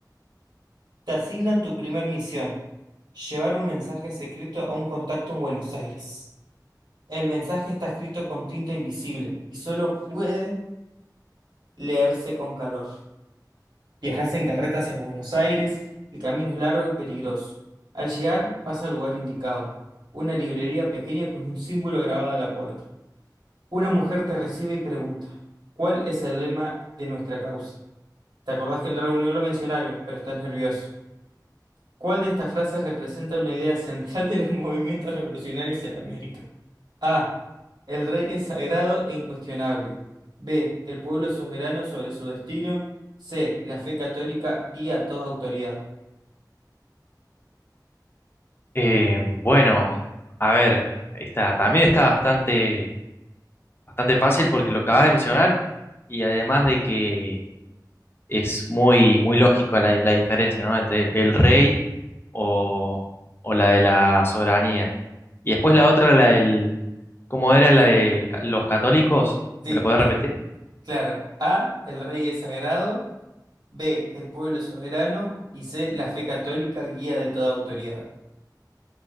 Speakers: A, on the right; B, on the left.
A: Te asignan tu primer misión, llevar un mensaje secreto a un contacto en Buenos Aires. El mensaje está escrito con tinta invisible y solo puede leerse con calor. Viajás en carreta hacia Buenos Aires, el camino es largo y peligroso. Al llegar, vas al lugar indicado, una librería pequeña con un símbolo grabado en la puerta. Una mujer te recibe y pregunta, ¿cuál es el lema de nuestra causa? Te acordás que en la reunión lo mencionaron, pero estás nervioso. ¿Cuál de estas frases representa una idea central de los <laughs> movimientos revolucionarios en América? A. El rey es sagrado e incuestionable. B. El pueblo es soberano sobre su destino. C. La fe católica guía a toda autoridad.
B: Eh, bueno, a ver, está, también está bastante, bastante fácil porque lo acabas de mencionar y además de que es muy, muy lógico la, la diferencia, ¿no? entre el el rey o, o la de la soberanía. Y después la otra, la del, ¿cómo era la de ca- los católicos?
A: Sí,
B: ¿Me la podés
A: la-
B: repetir?
A: claro. A. El rey es sagrado. B. El pueblo es soberano. Y C. La fe católica guía de toda autoridad.